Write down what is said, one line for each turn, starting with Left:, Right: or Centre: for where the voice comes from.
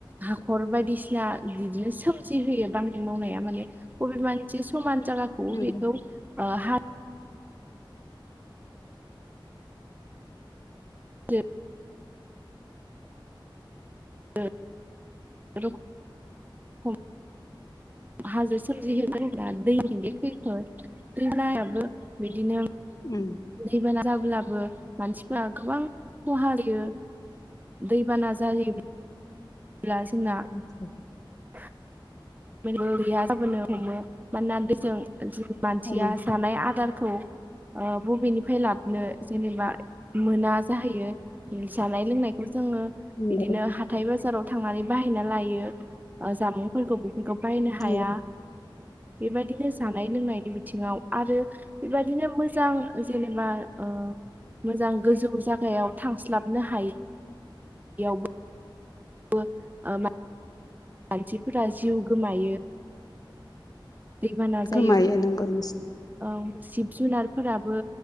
Right: हाख'र बायदिसिना बिदिनो सोमजि होयो बांग्रिं मावनाया माने अबेबा इथिं समान जायगाखौबो
Left: नंगौ
Right: बेखौ हाब हाजो <inaudible> <unintelligible> हाजो सोमजिहोनो दैनि बे खैफोद दैमायाबो बिदिनो
Left: उम
Right: दैबाना जाब्लाबो मानसिफोरा गोबां खहा जायो दैबाना जायोब्ला जोंना
Left: मिथिगौ
Right: <unintelligible> जेरैबो गैया जाबोनो हमो मानोना दैजों जि मानसिया
Left: हमो
Right: जानाय आदारखौ ओ बबेनिफ्राय लाबोनो जेनेबा मोना जाहैयो जानाय लोंनायखौ जोङो
Left: नंगौ
Right: बिदिनो हाथाय बाजाराव थांनानै बाहायना लायो ओ जामुंफोरखौ बाहायनो हाया
Left: नंगौ
Right: बेबायदिनो जानाय लोंनायनि बिथिंआव आरो बेबादिनो मोजां जेनेबा ओ मोजां गोजौ जागायाव थांस्लाबनो हायैयावबो बो माने मानसिफोरा जिउ गोमायो दैबाना जायो
Left: गोमायो नंगौ नोंसोर
Right: औ जिब जुनारफोराबो